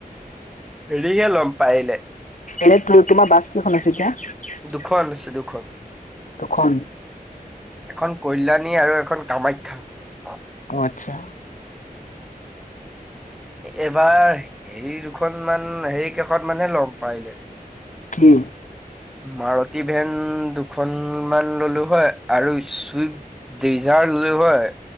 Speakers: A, in the centre; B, on the left.
A: হেৰিকে লম পাৰিলে
B: এনে তোমাৰ বাছ কেইখন আছে? এতিয়া,
A: দুখন আছে দুখন।
B: দুখন,
A: এখন কল্যাণী আৰু এখন কামাখ্যা অ
B: অ, আচ্ছা
A: এবাৰ হেৰি দুখন মান হেৰি কেশত মানহে লম পাৰিলে
B: কি?
A: মাৰুতি ভেন দুখন মান ললো হয়, আৰু চুইফট ডিজাৰ লৈ হয়